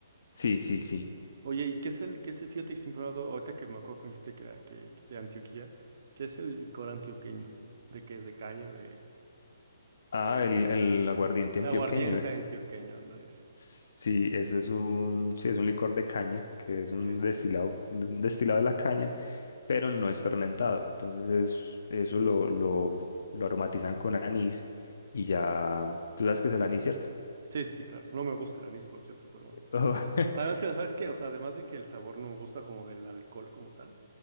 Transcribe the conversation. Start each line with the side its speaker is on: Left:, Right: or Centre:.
Left: Sí, sí, sí.
Right: Oye, ¿y qué es el, qué es el, fíjate que siempre he hablado, ahorita que me acuerdo que me dijiste que era que, que de Antioquía, ¿qué es el licor antioqueño? ¿De qué es? ¿De caña? ¿De
Left: Ah, el, el aguardiente
Right: aguardiente
Left: antioqueño. eh.
Right: antioqueño? Ándale. ese.
Left: Sí, ese es un, sí, es un licor de caña, que es un
Right: Que,
Left: destilado, un destilado de la caña, pero no es fermentado. Entonces es, eso lo, lo, lo aromatizan con anís y ya, tú sabes que es el anís, ¿cierto?
Right: sí, sí, sí, claro. No me gusta el anís, por cierto, pero bueno.
Left: Oh, <laughs>
Right: Además, ¿sabes qué?
Left: eh,
Right: O sea, además de que el sabor no me gusta como del alcohol como tal,